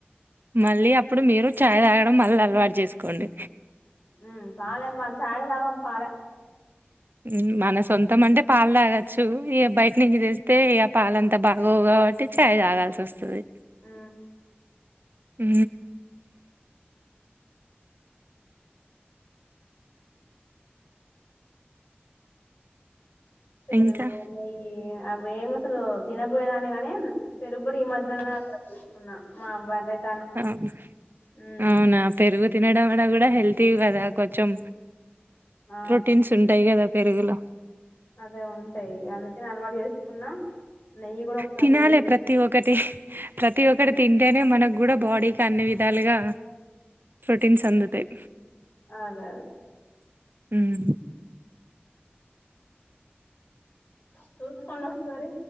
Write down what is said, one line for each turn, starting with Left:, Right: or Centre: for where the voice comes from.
Right: మళ్ళీ అప్పుడు మీరు చాయ్ తాగడం మళ్ళీ అలవాటు చేసుకోండి
Left: ఊ పాల చాయ్ తాగరు పాలే
Right: ఉ మన సొంతం అంటే పాలు తాగచ్చు ఈ బయట నుంచి తెస్తే పాలంతా బాగోవు కాబట్టి చాయ్ తాగాల్సి వస్తది
Left: ఉ
Right: ఊ
Left: పెరుగు
Right: ఇంకా
Left: నెయ్యి ఆ మేము అసలు తినరు పోయేదాని గాని పెరుగు కూడా ఈ మధ్యలో అలవాటై ఉన్నా మా <unintelligible>
Right: అవున
Left: ఉమ్
Right: అవునా పెరుగు తిన <unintelligible> హెల్తీ కదా కొంచెం
Left: ఆ
Right: ప్రోటీన్స్ ఉంటాయి కదా పెరుగులా
Left: అదే ఉంటాయి అందుకని అలవాటు చేసుకున్నా నెయ్యి కూడా ఒకసారి
Right: తినాలి
Left: చేసిన
Right: ప్రతి ఒక్కటి ప్రతి ఒక్కటి తింటేనే మనకు కూడా బాడీకి అన్ని విధాలుగా ప్రొటీన్స్ అందుతాయి
Left: అదే అదే
Right: హు
Left: తూ కొన వస్త రు